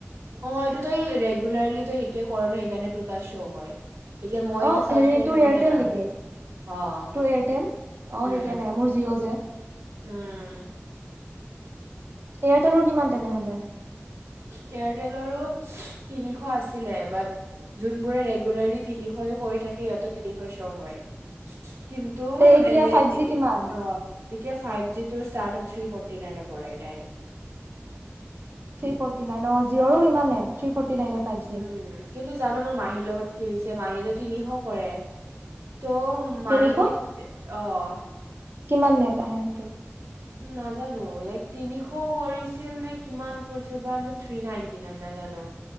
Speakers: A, on the right; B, on the right.
A: অ এইটো তাই ৰেগুলৰলী সেইটো কৰণো সেইকাৰণে তোৰ তাত শো হয় এতিয়া মই
B: অ
A: এইটো
B: হেৰি
A: চাৰ্চ কৰিলে
B: তোৰ এয়াৰটেল
A: মোৰ তাত নাহে
B: নেকি
A: অ'।
B: তোৰ এয়াৰটেল আ
A: উম,
B: সেই কাৰণে মোৰ কয় যে
A: উম
B: এয়াৰটেলৰ কিমান তেনেহ'লে
A: এয়াৰটেলৰো তিনিশ আছিলে বাট যোনবোৰে ৰেগুলাৰলি তিনিশ কৰি থাকে ইিহঁতে তিনিশ শ হয় কিন্তু
B: তে এতিয়া
A: এনে
B: ফাইভ
A: এতি
B: জি কিমান
A: অ এতিয়া ফাইভ জি টু ষ্টাৰটো থ্ৰী ফ'ৰ্টি নাইনৰ পৰাই ডাইৰেক্ট
B: থ্ৰী ফৰ্টি নাইন অ জঅৰো কিমানে থ্ৰ্ৰী ফ'ৰ্টি নাইনে ফাইভ জিৰ'
A: উম, কিন্তু জানো মোৰ মাহীৰ লগত কি হৈছে মহীৰো তিনিশ কৰে। ত', মাহীত
B: তিনিশ
A: অ'
B: কিমান নেত আহে এইটোত?
A: নাজানো, লাইক তিনিশ কৰিছিল নে কিমান কৰিছিল বা নে থি নাইনটি নাই নাজানো?